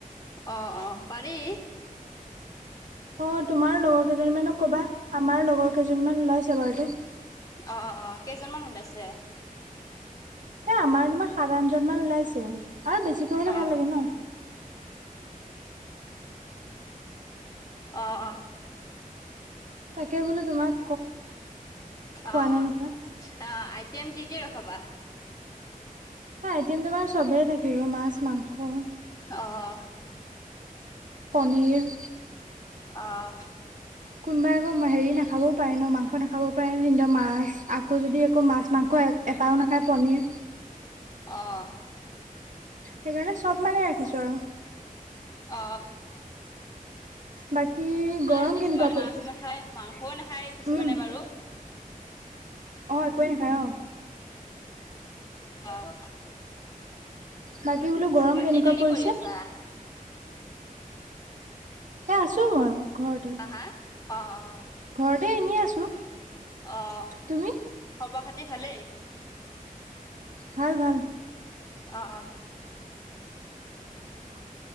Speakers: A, on the left (about 25°); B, on the right (about 60°).
A: অ অ পাৰি
B: অ তোমাৰ লগৰ কেইজনী মানক কবা আমাৰ লগৰ কেইজনী মান ওলাইছে বাৰুতে
A: অ' অ' কেইজনমান ওলাইছে?
B: এ আমাৰ তোমাৰ সাত আঠজন মান ওলাইছে আৰু বেছিকৈ হলে ভাল
A: অ'
B: লাগে ন
A: অ <unintelligible>
B: তাকে বোলো তোমাক খোৱা
A: অ
B: নে নোখোৱা
A: আহ আইটেম কি কি ৰখাবা
B: আইটেম তোমাৰ চবে থাকিব মাছ মাংস
A: আহ
B: পনীৰ <unintelligible>
A: আহ
B: কোনোবাই একো হেৰি নাখাবও পাৰে ন মাংস নাখাবও পাৰে ন মাছ আকৌ যদি আ মাছ মাংস আ এটাও নাখায় পনীৰ
A: অঁ
B: সেইকাৰণে চব মানে ৰাখিছো আৰু
A: অ
B: বাকী
A: নাই
B: গৰম
A: কিছুমান
B: কেনেকুৱা পৰিছে
A: মাছ নাখায়, মাংসও নাখায় কিছুমানে
B: উম
A: বাৰু।
B: অ একোৱে নাখায় অ
A: অ <unintelligible>
B: বাকী বোলো গৰম
A: বাকী
B: কেনেকুৱা
A: এতিয়া কি
B: পৰিছে
A: কৰি আছা
B: এ আছো মই ঘৰতে,
A: হা হা? অ' অ'
B: ঘৰতে এনেই আছো।
A: অ',
B: তুমি
A: খবৰ-খাতি ভালেই?
B: ভাল, ভাল।
A: অ', অ'।
B: <unintelligible>